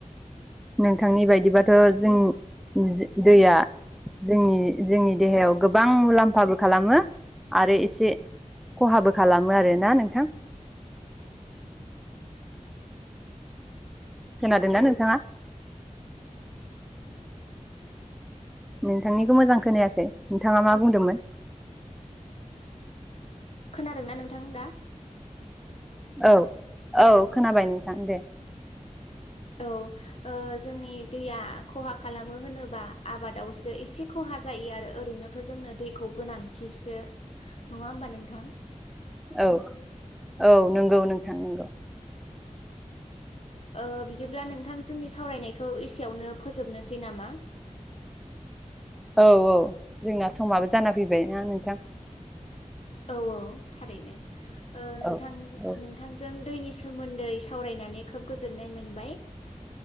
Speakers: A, in the centre; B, on the left.
A: नोंथांनि बायदि बिदिबाथ'
B: बुंनो
A: जोंनि
B: हागोन
A: दैया जोंनि जोंनि देहायाव गोबां मुलाम्फाबो खालामो आरो एसे खहाबो खालामो आरोना नोंथां। खोनादोंना नोंथाङा? नोंथांनिखौ मोजां खोनायाखै नोंथाङा मा बुंदोंमोन?
B: खोनादोंना नोंथां दा?
A: औ औ खोनाबाय नोंथां दे।
B: औ जोंनि दैया खहा खालामो होनोब्ला आबादावसो एसे खहा जायो आरो ओरैनोथ' जोंनो दैखौ गोनांथिसो नङा होमबा नोंथां
A: औ औ नंगौ नोंथां नंगौ
B: औ बिदिब्ला नोंथां जोंनि सावरायनायखौ एसेयावनो फोजोबनोसै नामा?
A: औ औ जोंना समाबो जाना फैबाय ना नोंथां।
B: औ औ थारैनो। ओ नोंथां
A: औ औ
B: नोंथांजों दैनि सोमोन्दै सावरायनानै खोब गोजोननाय मोनबाय।